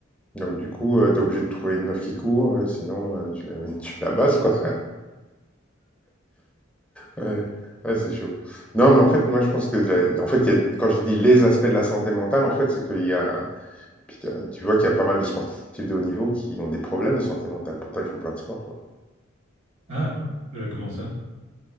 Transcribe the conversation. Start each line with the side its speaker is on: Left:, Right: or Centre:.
Centre: Donc du coup, euh, t'es obligé de trouver une meuf qui court, euh, sinon euh, tu la <laughs> tu la bases quoi. Ouais, Ouais, c'est chaud. Non, mais en fait, moi je pense que la- en fait, il y a- quand je dis les aspects de la santé mentale, en fait, c'est qu'il y a, putain, tu vois qu'il y a pas mal de sportifs de haut niveau qui ont des problèmes de santé mentale. Pourtant, ils font plein de sports, quoi.
Right: Ah, euh, comment ça?